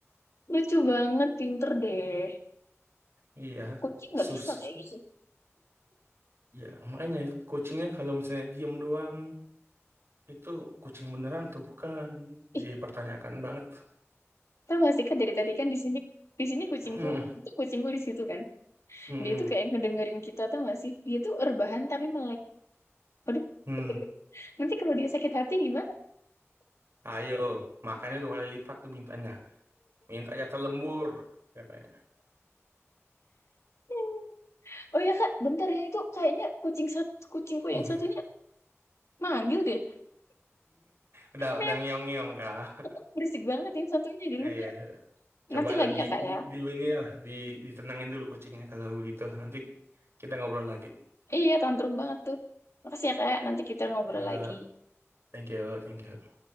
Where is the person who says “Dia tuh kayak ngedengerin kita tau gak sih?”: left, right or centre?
Left